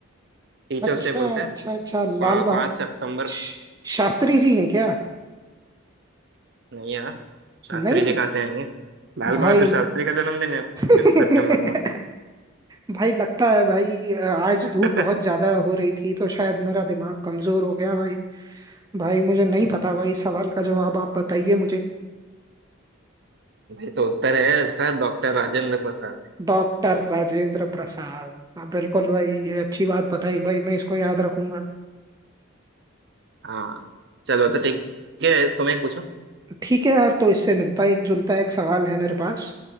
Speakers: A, on the right (about 55°); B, on the right (about 20°).
A: टीचर्स
B: अच्छा
A: डे बोलते
B: अच्छा
A: हैं
B: अच्छा लाल
A: पा,
B: बहा
A: पाँच सितंबर
B: श- शास्त्री
A: हाँ
B: जी हैं क्या
A: नहीं यार शास्त्री
B: नहीं
A: जी कहाँ से आएंगे लाल
B: भाई
A: बहादुर शास्त्री का जन्मदिन है
B: <laughs>
A: फिफ्थ सितंबर को
B: भाई लगता है भाई आज
A: <laughs>
B: धूप बहुत ज्यादा हो रही थी तो शायद मेरा दिमाग कमजोर हो गया भाई भाई मुझे नहीं पता भाई सवाल का जवाब आप बताइए मुझे
A: भाई तो उत्तर है इसका डॉक्टर राजेंद्र प्रसाद
B: डॉक्टर राजेंद्र प्रसाद हाँ, बिल्कुल भाई ये अच्छी बात बताई भाई मैं इसको याद रखूंगा
A: हाँ चलो तो ठीक है तुम्हें पूछो
B: ठीक है यार तो इससे मिलता एक जुलता एक सवाल है मेरे पास